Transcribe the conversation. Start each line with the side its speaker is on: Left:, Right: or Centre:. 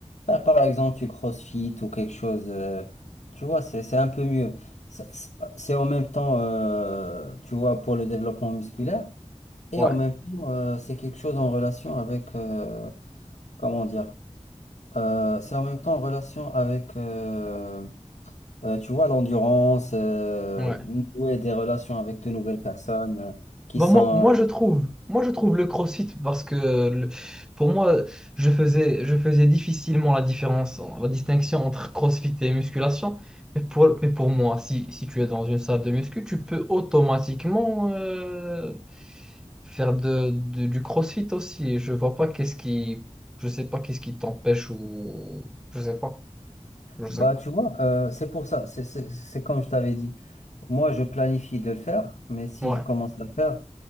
Left: faire par exemple du CrossFit ou quelque chose, euh, tu vois, c'est, c'est un peu mieux. Ça- C'est c'est en même temps, euh, tu vois, pour le développement musculaire, et
Centre: Ouais,
Left: en même temps, euh, c'est quelque chose en relation avec, euh, comment dire, euh, c'est en même temps en relation avec, euh, euh, tu vois, l'endurance, euh,
Centre: ouais.
Left: nouer des relations avec de nouvelles personnes euh, qui
Centre: bon
Left: sont...
Centre: moi, moi, je trouve, moi, je trouve le CrossFit parce que euh, le- pour moi, je faisais, je faisais difficilement la différence, la distinction entre CrossFit et musculation. Mais pour, mais pour moi, si, si tu es dans une salle de muscu, tu peux automatiquement euh, faire de, de- du CrossFit aussi. Je vois pas qu'est-ce qui, je sais pas qu'est-ce qui t'empêche ou je sais pas, je
Left: Bah,
Centre: sais pas.
Left: tu vois, euh, c'est pour ça, c'est c'est- c'est comme je t'avais dit. Moi, je planifie de le faire, mais si
Centre: Ouais,
Left: je commence à le faire,